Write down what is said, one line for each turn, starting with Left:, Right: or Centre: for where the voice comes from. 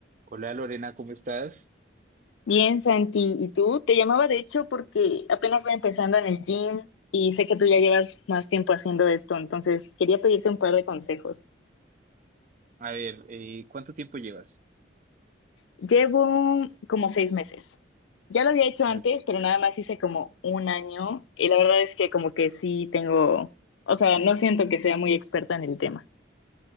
Right: Hola Lorena, ¿cómo estás?
Left: Bien, Santi, ¿y tú? Te llamaba de hecho porque apenas voy empezando en el gym y sé que tú ya llevas más tiempo haciendo esto, entonces quería pedirte un par de consejos.
Right: A ver, eh, ¿cuánto tiempo llevas?
Left: Llevo como seis meses. Ya lo había hecho
Right: A
Left: antes, pero nada más hice como un año y la verdad es que como que sí tengo, o sea, no siento que sea muy experta en el tema.